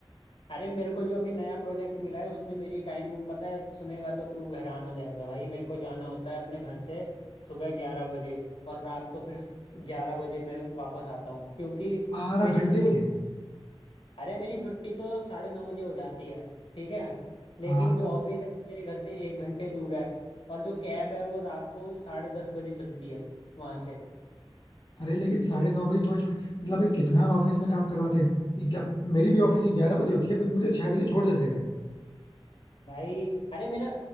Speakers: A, on the left; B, on the left.
A: अरे मेरे को जो अभी नया प्रोजेक्ट मिला है उसमें मेरी टाइमिंग पता है सुनेगा तो तू हैरान हो जाएगा भाई मेरे को जाना होता है अपने घर से सुबह ग्यारह बजे और रात को फिर ग्यारह बजे मैं वापस आता हूँ क्योंकि
B: बारह
A: मेरी
B: घंटे
A: छुट्टी अरे मेरी छुट्टी तो साढ़े नौ बजे हो जाती है ठीक है लेकिन
B: हाँ
A: जो ऑफिस है वो मेरे घर से एक घंटे दूर है और जो कैब है वो रात को साढ़े दस बजे चलती है वहाँ से
B: अरे लेकिन साढ़े नौ बजे तुम्हें छुट्टी मतलब भाई कितना ऑफिस में काम करवाते हैं ग्या- मेरी भी ऑफिस ग्यारह बजे होती है बट मुझे छह बजे छोड़ देते हैं
A: भाई अरे मेरा